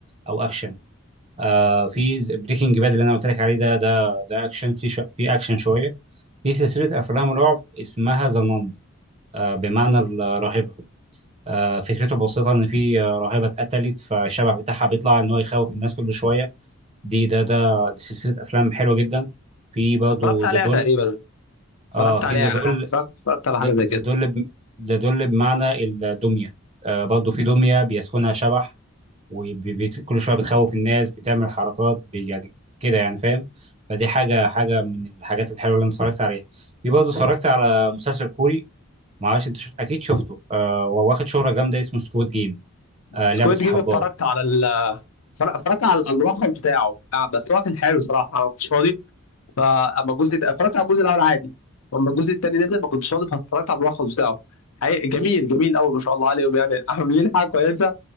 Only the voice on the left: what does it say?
اتفرجت عليها
تقريبا اتفرجت
عليها
يعني
اتفرجت اتفرجت على حاجه
زي كده
سكويد
جيم اتفرجت على صراحة اتفرجت على على الملخص بتاعه آه، بس هو كان حلو صراحة أنا ما كنتش فاضي فأما الجزء الت- اتفرجت على الجزء الأول عادي وأما الجزء التاني نزل ما كنتش فاضي فاتفرجت على الملخص بتاعه حقيقي جميل جميل قوي ما شاء الله عليهم يعني <laughs> عاملين حاجة كويسة